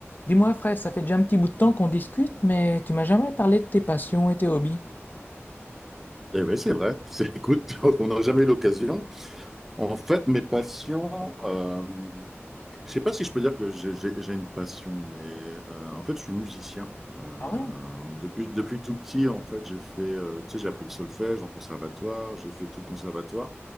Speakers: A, on the left (about 40°); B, in the centre.
A: Dis-moi, Fred, ça fait déjà un petit bout de temps qu'on discute, mais tu m'as jamais parlé de tes passions et tes hobbies.
B: Eh oui, c'est vrai. C'est- Écoute, <laughs> on n'a jamais eu l'occasion. En fait, mes passions, euh, je sais pas si je peux dire que j'ai j'ai- j'ai une passion, mais euh, en fait, je suis musicien. Euh,
A: Ah ouais?
B: depuis, depuis tout petit, en fait, j'ai fait, euh, tu sais, j'ai appris le solfège en conservatoire, j'ai fait tout le conservatoire